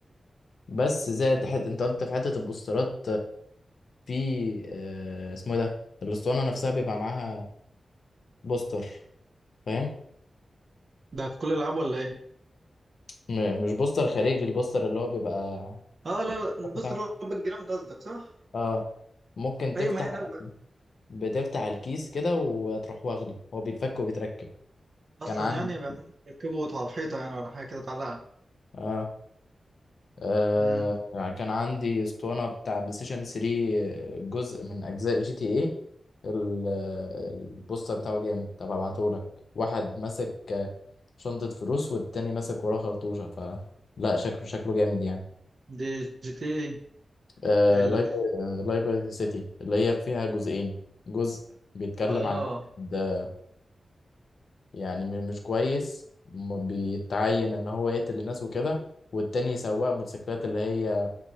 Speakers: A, on the left; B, on the right.
A: بس زائد حت... انت قلت في حتة البوسترات في آه، اسمه إيه ده الاسطوانه نفسها بيبقى معاها بوستر فاهم
B: ده في كل الألعاب ولا إيه؟
A: م- مش بوستر خارجي البوستر اللي هو بيبقى
B: اه لا لا بص
A: بتاع
B: اللي هو الباك جراوند قصدك صح؟
A: اه ممكن تفتح
B: ايوه ما هي لا
A: بتفتح الكيس كده وتروح واخده هو بيتفك وبيتركب
B: اصلا
A: كان عندي
B: يعني بيركبوا على الحيطه يعني ولا حاجه كده تعلقها
A: اه آه
B: امم
A: يعني كان عندي اسطوانة بتاع بلاي ستيشن 3 جزء من أجزاء جي تي ايه ال- البوستر بتاعه جامد طب هبعتهولك واحد ماسك آه، شنطة فلوس والتاني ماسك وراه خرطوشة ف لا شكله شكله جامد يعني
B: دي جي تي إيه.
A: آه
B: ال
A: لايبرتي سيتي اللي هي فيها جزئين جزء بيتكلم
B: اه
A: عن واحد آه، يعني م- مش كويس م- بيتعين ان هو يقتل الناس وكده والتاني سواق موتوسيكلات اللي هي